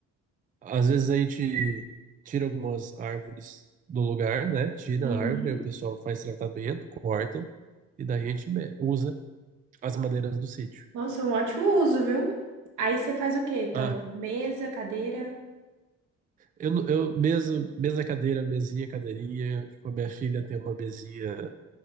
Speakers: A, on the right (about 30°); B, on the right (about 80°).
A: Às vezes a gente tira algumas árvores do lugar, né? Tira
B: uhum.
A: a árvore, o pessoal faz tratamento, corta, e daí a gente me- usa as madeiras do sítio.
B: Nossa, é um ótimo uso, viu? Aí você faz o quê, tanto?
A: Ah,
B: Mesa, cadeira?
A: eu, não- eu mesa, mesa, cadeira, mesinha, cadeirinha. Tipo, a minha filha tem uma mesinha,